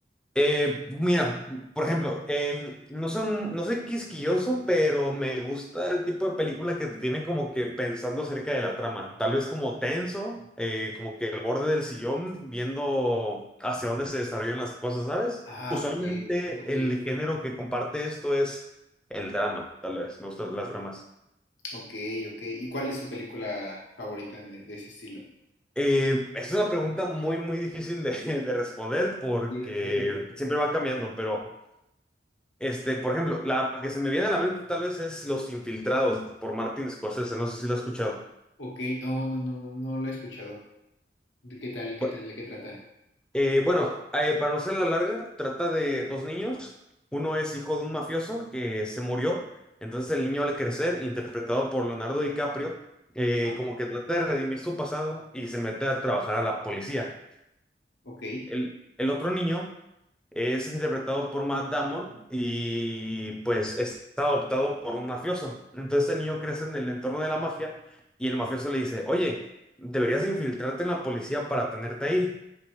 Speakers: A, in the centre; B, on the left.
A: Eh, mira, por ejemplo, em, no son, no soy quisquilloso, pero me gusta el tipo de película que te tiene como que pensando acerca de la trama. Tal vez como tenso, eh, como que el borde del sillón, viendo hacia dónde se desarrollan las cosas, ¿sabes?
B: Ah,
A: Usualmente
B: ok, ok,
A: el género que comparte esto es el drama, tal vez. Me gustan las dramas.
B: Ok, ok. ¿Y cuál es su película favorita de de ese estilo?
A: Eh, es una pregunta muy, muy difícil de, <laughs> de responder porque
B: Sí, me pasa igual.
A: siempre va cambiando, pero... Este, por ejemplo, la que se me viene a la mente tal vez es Los Infiltrados por Martin Scorsese, no sé si lo has escuchado.
B: Ok, no, no, no, no, no la he escuchado. ¿De qué tal, qué
A: Bu-
B: tal, de qué trata?
A: eh, bueno, eh, para no ser larga, trata de dos niños. Uno es hijo de un mafioso que se murió, entonces el niño al crecer, interpretado por Leonardo DiCaprio, eh,
B: Ah,
A: como que trata de redimir su pasado y se mete a trabajar a la policía.
B: ok,
A: El, el otro niño Es interpretado por Matt Damon y pues está adoptado por un mafioso. Entonces el niño crece en el entorno de la mafia y el mafioso le dice, oye, deberías infiltrarte en la policía para tenerte ahí.